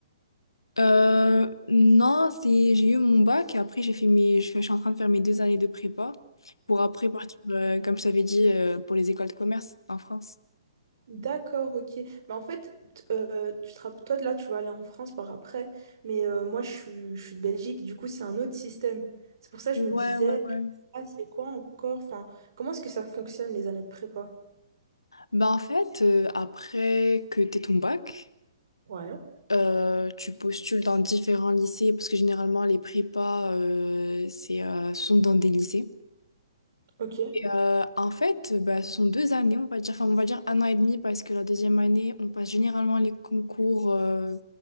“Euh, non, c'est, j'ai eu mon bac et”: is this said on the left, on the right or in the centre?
Left